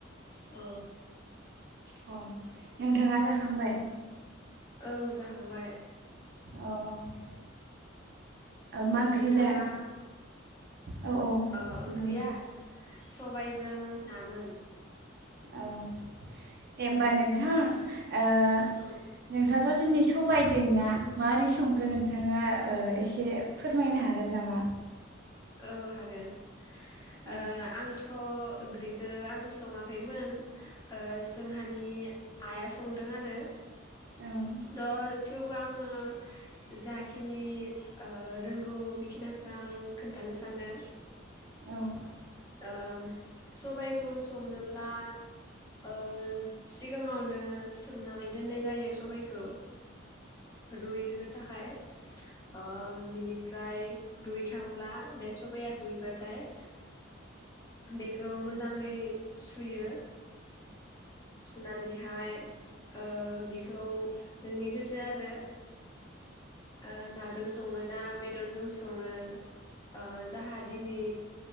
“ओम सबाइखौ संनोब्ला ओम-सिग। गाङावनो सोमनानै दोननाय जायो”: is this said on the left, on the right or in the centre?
Left